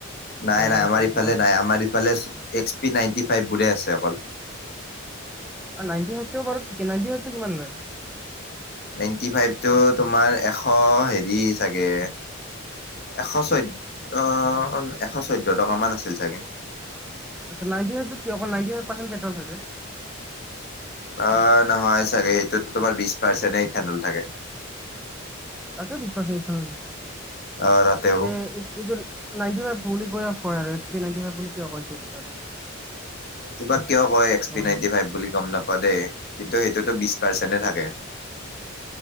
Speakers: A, on the left (about 50°); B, in the centre.
A: নাই
B: জয়নগৰ
A: নাই, আমাৰ
B: চাইডে
A: ইফালে
B: কিবা চাইড
A: নাই, আমাৰ ইফালে এক্সপি নাইনটি ফাইভ বোৰহে আছে অকল।
B: নাইি ফাইভ, নাইভটো কিমান লয়?
A: নাইনটি ফাইভটো তোমাৰ এশ, হেৰি চাগে। এশ চৈ, ধ এশ চৈধ্যয় টকামান আছিল চাগে।
B: আচ্ছা নাইটি ফাইভটো কি, অকল নাইটি ফাইভ পাৰ্চেন্ট পেট্ৰ'ল থাকে?
A: অ', নহয় চাগে, এইটোটো তোমাৰ বিশ পাৰ্চেণ্টে ইথানল থাকে।
B: আ বিিছ ই <unintelligible>
A: অ তাতেও
B: নাইনটি ফাইভ বুলি কৈ, কয় আৰু, এক্সপি নাইনটি ফাইভ বুলি কিয়? আৰু
A: তোমাৰ কিয় কয় এক্স
B: হয়।
A: পি নাইনটি ফাইভ বুলি, গম নাপাওঁ দেই, কিন্তু সেইটোটো বিশ পাৰ্চেন্টে থাকে।